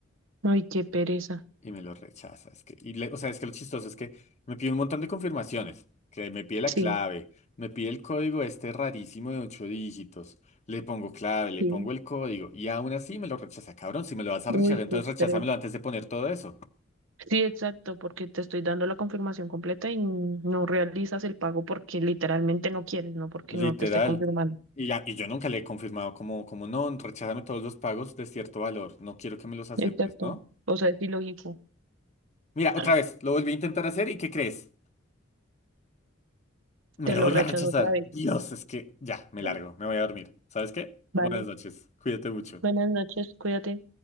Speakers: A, on the right; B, on the left.
A: ay, qué pereza.
B: y me lo rechaza. Es que, y le- o sea, es que lo chistoso es que me pide un montón de confirmaciones, que me pide la
A: Sí,
B: clave, me pide el código este rarísimo de ocho dígitos, le pongo clave, le
A: sí,
B: pongo el código, y aún así me lo rechaza, cabrón, si me lo vas a
A: uy,
B: rechazar, entonces
A: qué estrés.
B: recházamelo antes de poner todo eso,
A: Sí, exacto, porque te estoy dando la confirmación completa y no realizas el pago porque literalmente no quieres, no porque
B: literal.
A: no te esté confirmando.
B: Y, ya- y yo nunca le he confirmado como, como no, recházame todos los pagos de cierto valor, no quiero que me los aceptes,
A: Exacto.
B: ¿no?
A: O sea, es ilógico.
B: Mira,
A: Bueno,
B: otra vez, lo volví a intentar hacer y ¿qué crees? Me
A: Te
B: lo
A: lo
B: volví
A: rechazo
B: a rechazar.
A: otra vez,
B: Dios, es que ya, me
A: bueno,
B: largo, me voy a dormir. ¿Sabes qué?
A: ¿vale?
B: Buenas noches, cuídate mucho.
A: Buenas noches, cuídate.